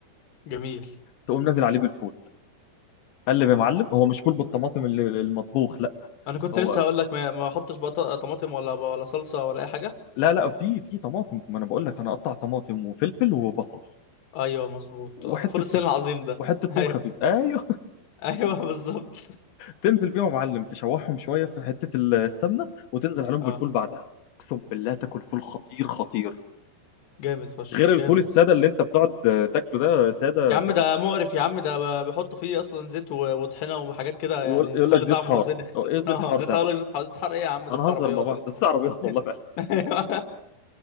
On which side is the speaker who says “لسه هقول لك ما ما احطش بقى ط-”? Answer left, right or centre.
Left